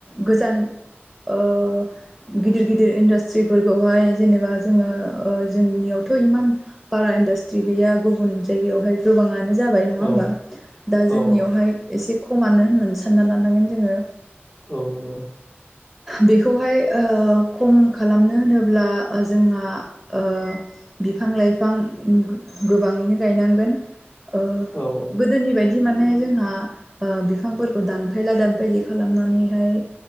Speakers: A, in the centre; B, on the left.
A: गोजान ओ गिदिर- गिदिर इन्डास्ट्रिफोरखौहाय जेनेबा जोङो ओ जोंनियाव थ' इमान बारा इदास्ट्रि गैया। गुबुन जायगायावहाय गोबांङानो जाबाय नङा होनबा?
B: औ
A: दा जोंनियावहाय
B: औ
A: एसे खमनो होननानै सानना लानांगोन जोंङो।
B: औ नंगौ।
A: बिखौहाय ओ खम खालामनो होनोब्ला, ओ जोंहा ओ बिफां -लाइफां गो- गोबांङैनो गायनांगोन। ओ
B: औ
A: गोदोनि बायदि माने जोंहा ओ बिफांफोरखौ दानफायला -दानफायलि खालामनानैहाय